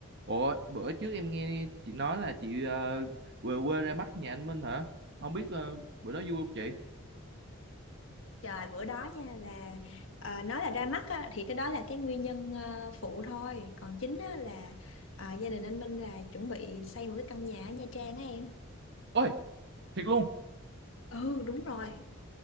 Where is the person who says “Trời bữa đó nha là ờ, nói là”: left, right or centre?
Left